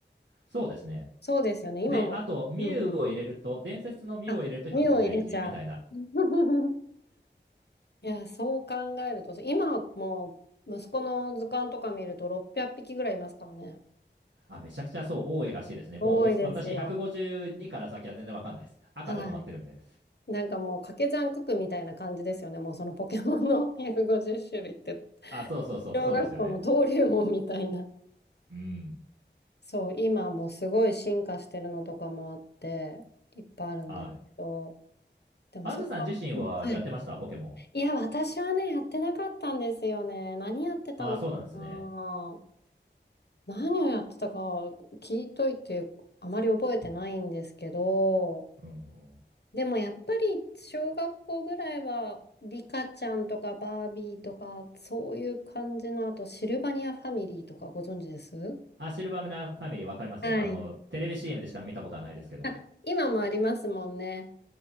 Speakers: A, on the right (about 80°); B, on the left (about 65°).
A: そうですね。
B: そうですよね。今も。
A: で、あと、ミュウを入れると、
B: うんうん。
A: 伝説のミュウを入れると151みたいな
B: あ、身を入れちゃう。<laughs> いや、そう考えると、今もう息子の図鑑とか見ると600匹ぐらいいますからね。
A: あ、めちゃくちゃそう多いらしいですね。もうぼ私152から先は全然わかんないです。
B: 多いですよ。
A: 赤で止まってるんで。
B: はい。なんかもう掛け算九九みたいな感じですよね。もうそのポケモンの150種類って。
A: あ、そうそうそう、
B: 小学校の登竜門みたいな。
A: そうですよね。うん。
B: そう、今もうすごい進化してるのとかもあって、いっぱいあるんですけど、
A: はい。
B: でもそれは、
A: あずさん自身はやってましたポケモン。
B: うんはい。いや、私はね、やってなかったんですよね。何やってたのかな。
A: あ、そうなんですね。
B: 何をやってたか聞いといて、あまり覚えてないんですけど、
A: うん。
B: でもやっぱり小学校ぐらいは、リカちゃんとかバービーとか、そういう感じの、あとシルバニアファミリーとかご存知です
A: あ、シルバーミラーファミリーわかりますよ。
B: はい。
A: あの、テレビ CM でしか見たことはないですけど。
B: あ、今もありますもんね。